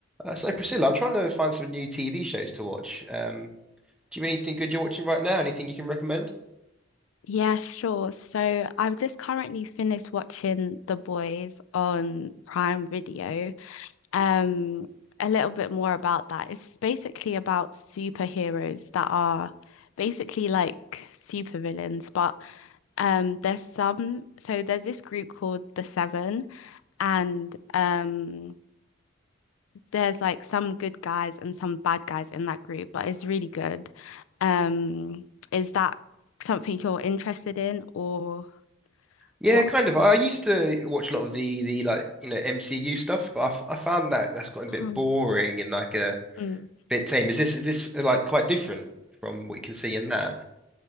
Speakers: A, in the centre; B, on the left (about 80°).
A: Uh, so Priscilla, I'm trying to find some new TV shows to watch. Um, do you have anything good you're watching right now? Anything you can recommend?
B: Yeah, sure. So I've just currently finished watching The Boys on Prime Video. Um, a little bit more about that. It's basically about superheroes that are basically like supervillains, but um there's some so there's this group called the Seven and um there's like some good guys and some bad guys in that group, but it's really good. Um, is that something you're interested in or
A: Yeah,
B: what?
A: kind of. I used to watch a lot of the the like you know MCU stuff, but I, f I found that that's gotten a bit
B: Um,
A: boring and like a
B: mm,
A: bit tame. Is this is this uh, like quite different from what you can see in that?